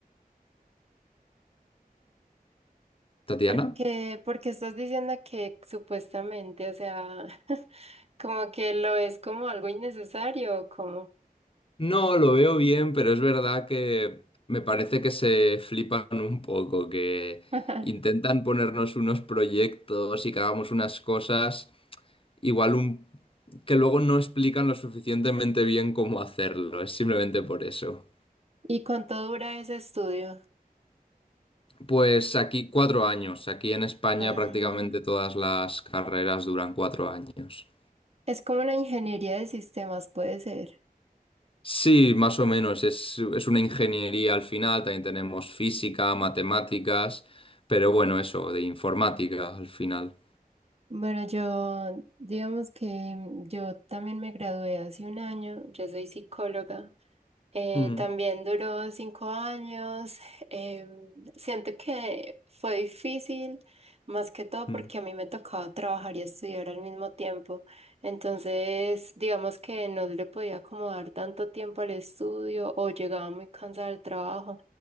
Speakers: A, on the left; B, on the right.
A: ¿Tatiana?
B: Porque, porque estás diciendo que supuestamente, o sea, <laughs> como que lo es como algo innecesario, o ¿cómo?
A: No, lo veo bien, pero es verdad que me parece que se flipan un poco, que
B: <laughs>
A: intentan ponernos unos proyectos y que hagamos unas cosas igual un... que luego no explican lo suficientemente bien cómo hacerlo, es simplemente por eso.
B: ¿Y cuánto dura ese estudio?
A: Pues aquí cuatro años. Aquí en España
B: Mm,
A: prácticamente todas las carreras duran cuatro años.
B: es como la ingeniería de sistemas, puede ser.
A: Sí, más o menos. Es, es una ingeniería al final. También tenemos física, matemáticas, pero bueno, eso, de informática al final.
B: Bueno, yo, digamos que mm, yo también me gradué hace un año, yo soy psicóloga. Eh,
A: Mm,
B: también duró cinco años. Em, siento que fue difícil, más que todo
A: mm.
B: porque a mí me tocaba trabajar y estudiar al mismo tiempo. Entonces, digamos que no le podía acomodar tanto tiempo al estudio o llegaba muy cansada del trabajo.